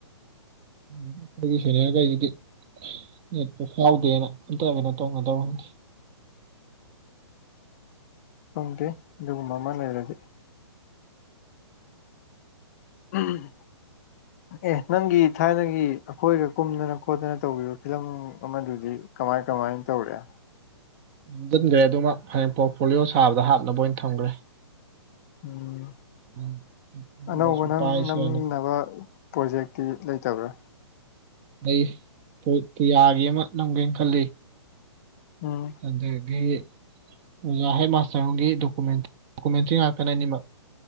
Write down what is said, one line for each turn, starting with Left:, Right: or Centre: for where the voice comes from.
Right: ꯎ ꯑꯩꯈꯣꯏꯒꯤ ꯁꯦꯅꯤꯌꯥꯔꯈꯩꯁꯤꯗꯤ ꯌꯦꯠꯄ ꯁꯥꯎꯗꯦꯅ ꯑꯝꯇ ꯀꯩꯅꯣ ꯇꯧꯅ ꯇꯧꯔꯦ
Left: ꯈꯪꯗꯦ ꯑꯗꯨꯒꯨꯝꯕ ꯑꯃ ꯂꯩꯔꯗꯤ ꯎꯝ
Right: ꯏꯝ
Left: ꯑꯦ ꯅꯪꯒꯤ ꯊꯥꯏꯅꯒꯤ ꯑꯩꯈꯣꯏꯒ ꯀꯨꯝꯗꯅ ꯈꯣꯠꯇꯅ ꯇꯧꯈꯤꯕ ꯐꯤꯂꯝ ꯑꯃꯗꯨꯗꯤ ꯀꯃꯥꯏ ꯀꯃꯥꯏꯅ ꯇꯧꯔꯦ
Right: ꯅꯝꯁꯤꯟꯈ꯭ꯔꯦ ꯑꯗꯨꯃꯛ ꯐꯌꯦꯡ ꯄꯣꯔꯠꯐꯣꯂꯤꯌꯣ ꯁꯥꯕꯗ ꯍꯥꯞꯅꯕ ꯑꯣꯏꯅ ꯊꯝꯈ꯭ꯔꯦ
Left: ꯎꯝ
Right: ꯎꯝ
Left: ꯑꯅꯧꯕ
Right: ꯁꯨꯝ
Left: ꯅꯪ
Right: ꯄꯥꯏꯁꯤꯔꯅ
Left: ꯅꯝꯅꯕ ꯄ꯭ꯔꯣꯖꯦꯛꯇꯤ ꯂꯩꯇꯕ꯭ꯔꯥ
Right: ꯑꯩ ꯄꯨꯌꯥꯒꯤ ꯑꯃ ꯅꯝꯒꯦꯅ ꯈꯜꯂꯤ
Left: ꯎꯝ
Right: ꯑꯗꯒꯤ ꯑꯣꯖꯥ ꯍꯦꯠ ꯃꯥꯁꯇꯔꯒꯤ ꯗꯣꯀꯨꯦꯟ ꯗꯣꯀꯨꯃꯦꯟꯇ꯭ꯔꯤ ꯉꯥꯛꯇꯅꯤ ꯑꯅꯤꯃꯛ